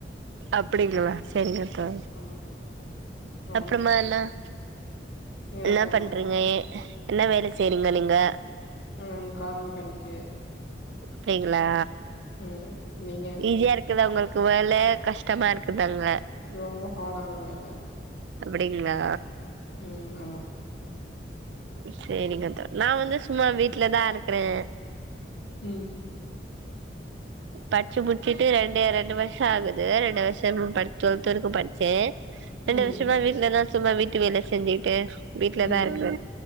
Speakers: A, on the right (about 80°); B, on the left (about 70°).
A: அப்படிங்களா சேரிங்க தோ
B: ஆமா ஆ
A: அப்புறமால்லாம்
B: நீங்கதா
A: என்ன
B: சொல்லணு
A: பண்றீங்க ஏ என்ன வேலை செய்றீங்க நீங்க
B: உம் கார் மெக்கானிக்கு
A: அப்படிங்களா
B: ம் நீங்க
A: ஈஸியா இருக்குதா உங்களுக்கு வேல ல கஷ்டமா இருக்குதாங்க
B: ரொம்ப ஹார்டான வேல அது
A: அப்படிங்களா
B: உம் ஆமா
A: சரிங்க தோ நா வந்து சும்மா வீட்டுலதா இருக் இருக்கறே
B: உம்
A: படிச்சு முடிச்சுட்டு ரெண்டு ரெண்டு வருஷோ ஆகுது ரெண்டு வருஷமும் டுவெல்த் வரைக்கும் படிச்சே ரெண்டு
B: ம்,
A: வருஷமா வீட்லதா சும்மா வீட்டு வேல செஞ்சுக்கிட்டு வீட்லதான்
B: ம்.
A: இருக்க